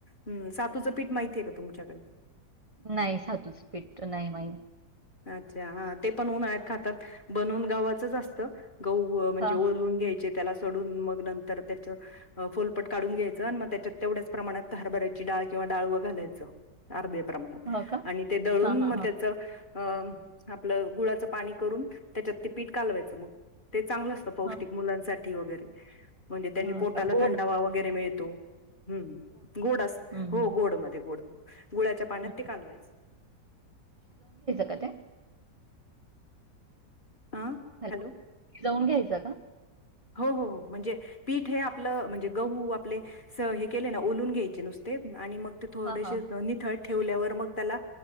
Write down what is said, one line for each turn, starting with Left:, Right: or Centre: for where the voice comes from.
Left: हम्म सातूचं पीठ माहितीय का तुमच्याकडे?
Right: नाही सातूचं पीठ नाही माहित.
Left: अच्छा हां ते पण उन्हाळ्यात खातात बनवून गव्हाचच असतं. गहू म्हणजे
Right: हां,
Left: ओलवून
Right: हां.
Left: घ्यायचे. त्याला सोडून मग नंतर त्याचं अ फोलपट काढून घ्यायचं आणि त्याच्यात तेवढ्याच प्रमाणात हरभऱ्याची डा ळ किंवा डाळवं घालायचं अर्ध्या प्रमाणात
Right: हो का?
Left: आणि ते दळून
Right: हां, हां,
Left: मग
Right: हां.
Left: त्याचं अ आपलं गुळाचं पाणी करून त्याच्यात ते पीठ कालवायचं मग ते चांगलं असतं पौष्टिक
Right: हां,
Left: मुलांसाठी वगैरे म्हणजे त्यांनी
Right: हां.
Left: पोटाला
Right: का गोड
Left: थंडावा वगैरे मिळ तो हम्म गोड अस
Right: हं,
Left: हो
Right: हं.
Left: गोडमध्ये गोड. गुळाच्या पाण्यात
Right: हं.
Left: ते कालवायचं.
Right: काय ते?
Left: अ
Right: <unintelligible>
Left: हॅलो
Right: भिजवून घ्यायचं का?
Left: हो हो हो. म्हणजे पीठ हे आपलं म्हणजे गहू आपले स हे केले ना ओलून घ्यायचे नुसते. आणि मग ते थोडेसे
Right: हां, हां.
Left: अ निथळ ठेवल्यावर मग त्याला